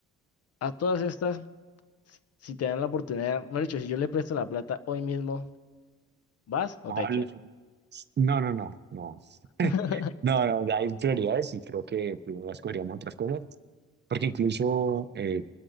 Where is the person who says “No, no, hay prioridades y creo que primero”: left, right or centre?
Right